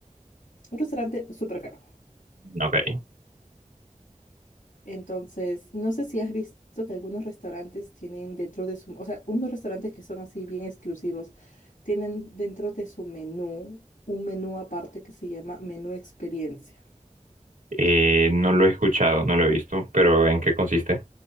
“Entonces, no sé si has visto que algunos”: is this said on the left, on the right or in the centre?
Left